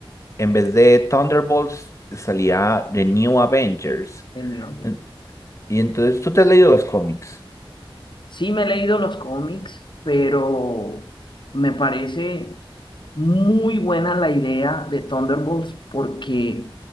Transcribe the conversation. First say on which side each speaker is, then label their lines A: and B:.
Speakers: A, on the left; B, on the left.
A: en vez de Thunderbolts salía The New Avengers.
B: señor.
A: En- Y entonces tú te has leído los cómics.
B: Sí me he leído los cómics, pero me parece muy buena la idea de Thunderbolts porque